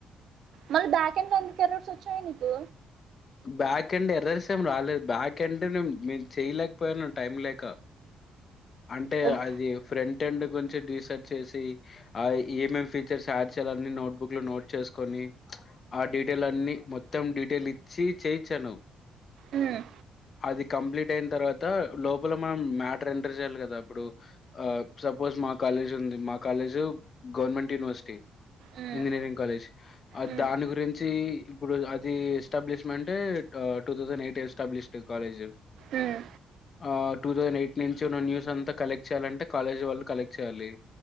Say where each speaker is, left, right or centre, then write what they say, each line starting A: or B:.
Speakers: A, on the right; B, on the left.
A: మళ్ బ్యాక అండ్ లో ఎందుకు ఎర్రర్స్ వచ్చాయి నీకు
B: బ్యాక్ అండ్ ఎర్రరిసేం రాలేదు బ్యాక్ అండ్ నేము చేయలేకపోయాను టైం లేక అంటే
A: ఉమ్,
B: అది ఫ్రంట్ ఎండ్ గురించి రీసర్చ్ చేసి అది ఏమ్ ఎం ఫీచర్స్ యాడ్ చేయాలని నోట్బుక్ లో నోట్ చేసుకొని ఆ డీటెయిల్ అన్ని మొత్తం డీటెయిల్ ఇచ్చి చేయిచ్చాను
A: ఉమ్,
B: అది కంప్లీట్ అయిన తర్వాత లోపల మనం మ్యాటర్ ఎంటర్ చేయాలి కదా అప్పుడు ఆ సపోజ్ మా కాలేజ్ ఉంది మా college government university
A: um,
B: engineering college ఆ
A: ఉమ్,
B: దాని గురించి ఇప్పుడు అది establishment two thousand eight established college
A: um,
B: ఆ టూ థౌసండ్ ఎయిట్ నుంచి ఉన్న న్యూస్ అంతా కలెక్ట్ చేయాలంటే కాలేజ్ వాళ్ళు కలెక్ట్ చేయాలి